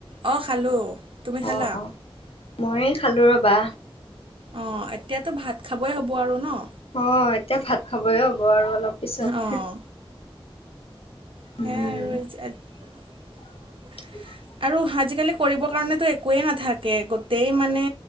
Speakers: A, on the right; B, on the left.
A: অ, খালো তুমি খালা?
B: অ অ মই খালোঁ ৰবা।
A: অ, এতিয়াতো ভাত খাবই হ'ব আৰু ন?
B: অ, এতিয়া ভাত খাবয়েই হ'ব আৰু অলপ পিছত <unintelligible>
A: অঁ সেয়াই
B: উম
A: আৰু <unintelligible>
B: <inaudible>
A: আৰু আজিকালি কৰিবৰ কাৰণেতো একোৱেই নাথাকে গোটেই মানে